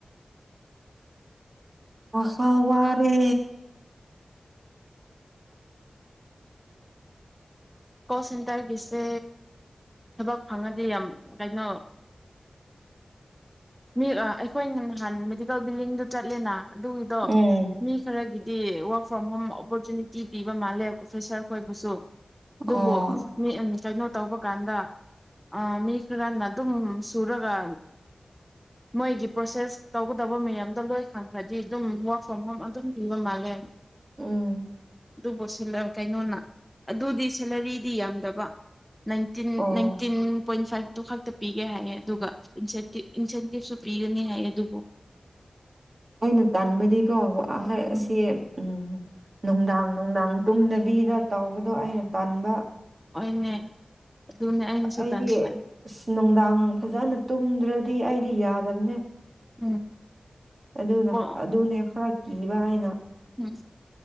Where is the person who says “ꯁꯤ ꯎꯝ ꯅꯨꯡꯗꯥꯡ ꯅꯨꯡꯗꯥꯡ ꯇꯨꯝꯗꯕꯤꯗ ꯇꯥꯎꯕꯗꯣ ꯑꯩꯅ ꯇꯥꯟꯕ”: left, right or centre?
Right